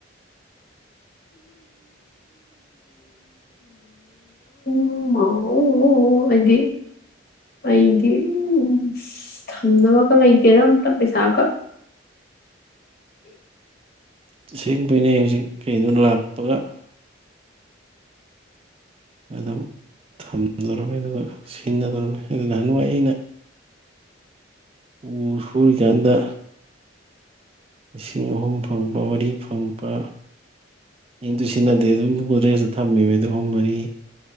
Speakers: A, on the left; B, on the right.
A: ꯎ ꯃꯥꯑꯣ ꯑꯩꯗꯤ ꯑꯩꯗꯤ ꯎꯁ ꯊꯝꯅꯕꯒ ꯂꯩꯇꯦꯗ ꯑꯝꯇ ꯄꯩꯁꯥꯒ
B: <unintelligible> ꯍꯨꯖꯤꯛ ꯀꯩꯩꯅꫭ ꯂꯥꯛ <unintelligible> ꯑꯗꯨꯝ ꯊꯝꯗꫭꯔꯝꯃꯦ ꯑꯗꯨꯒ ꯁꯤꯟꯅꯗꯧꯔꯝꯃꯦ ꯑꯗꯨ ꯅꯍꯥꯟꯋꯥꯏ ꯑꯩꯅ ꯎ ꯁꯨꯔꯤꯀꯥꯟꯗ ꯂꯤꯁꯤꯡ ꯑꯍꯨꯝ ꯐꯪꯕ ꯃꯔꯤ ꯐꯪꯕ ꯀꯩꯝꯇ ꯁꯤꯖꯤꯟꯅꯗꯦ ꯑꯗꯨꯝ ꯒꯣꯗꯔꯦꯖꯇ ꯊꯝꯃꯤꯃꯤ ꯑꯍꯨꯝ ꯃꯔꯤ